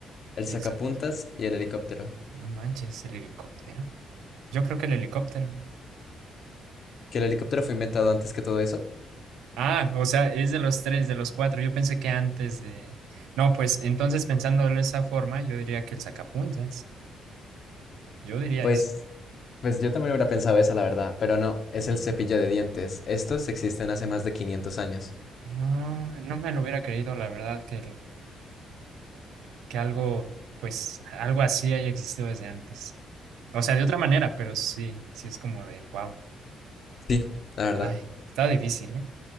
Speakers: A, on the left; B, on the right.
A: El
B: Dijiste
A: sacapuntas y el helicóptero.
B: No manches, el helicóptero. Yo creo que el helicóptero.
A: que el helicóptero fue inventado antes que todo eso,
B: Ah, o sea, es de los tres, de los cuatro. Yo pensé que antes de... No, pues entonces pensándolo de esa forma, yo diría que el sacapuntas. Yo diría
A: pues,
B: eso.
A: pues yo también hubiera pensado esa, la verdad, pero no, es el cepillo de dientes. Estos existen hace más de 500 años.
B: No, no me lo hubiera creído, la verdad, que, el- que algo, pues, algo así haya existido desde antes. O sea, de otra manera, pero sí, sí es como de, wow.
A: Sí, la verdad.
B: Ay, está difícil, ¿eh?